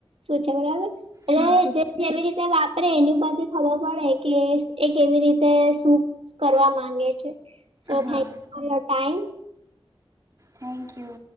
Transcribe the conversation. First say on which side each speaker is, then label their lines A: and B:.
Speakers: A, on the right; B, on the right.
A: શું છે બરાબર એટલે
B: હા
A: જે કેવી રીતે વાપરે એની બાજુ ખબર પડે કે એ કેવી રીતે શૂપ કરવા માંગે છે સો
B: હા
A: thank for a time
B: thank you